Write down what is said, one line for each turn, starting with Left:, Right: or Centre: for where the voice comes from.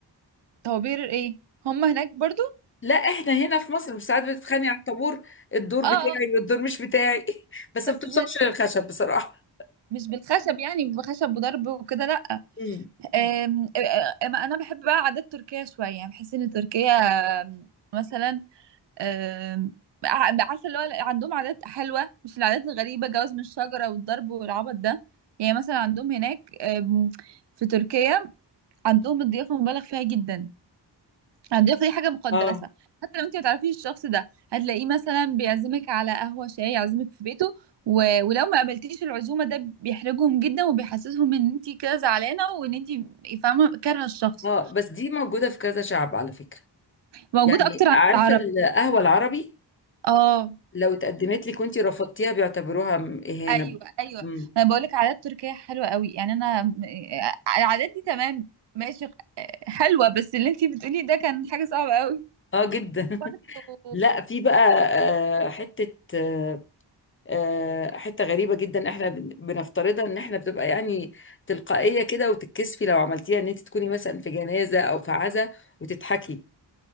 Right: طوابير ايه هم هناك برضو
Left: لا احنا هنا في مصر مش ساعات بتتخانق على الطابور الدور
Right: اه
Left: بتاعي
Right: آه،
Left: والدور مش بتاعي <laughs> بس
Right: بس
Left: ما بتوصلش
Right: ب...
Left: للخشب بصراحه
Right: مش بالخشب يعني بخشب وضرب وكده لا
Left: امم
Right: أم... أم... انا بحب بقى عادات تركيا شويه يعني بحس ان تركيا آم، مثلا آم، ع- عارفه اللي هو عندهم عادات حلوه مش العادات الغريبه جواز من الشجره والضرب والعبط ده يعني مثلا عندهم هناك آم، في تركيا عندهم الضيافه مبالغ فيها جدا الضيافه دي حاجه مقدسه
Left: اه
Right: حتى لو انت ما تعرفيش الشخص ده هتلاقيه مثلا بيعزمك على قهوه شاي يعزمك في بيته و... ولو ما قبلتيش العزومه ده بيحرجهم جدا وبيحسسهم ان انت كده زعلانه وان انت فاهمه كارهه الشخص
Left: اه بس دي موجوده في كذا شعب على فكره
Right: موجوده
Left: يعني
Right: اكتر عند
Left: عارفه
Right: العرب
Left: القهوه العربي
Right: اه
Left: لو اتقدمت لك وانتي رفضتيها بيعتبروها م- اهانه
Right: ايوه ايوه
Left: مم.
Right: ما انا بقول لك عادات تركيه حلوه قوي يعني انا م- آه، العادات دي تمام ماشي حلوه بس اللي انتي بتقولي ده كان حاجه صعبه قوي
Left: اه جدا <laughs>
Right: برضه
Left: لا في بقى آه، حته آه، آه، حته غريبه جدا احنا بن- بنفترضها ان احنا بتبقى يعني تلقائيه كده وتتكسفي لو عملتيها ان انت تكوني مثلا في جنازه او في عزا وتضحكي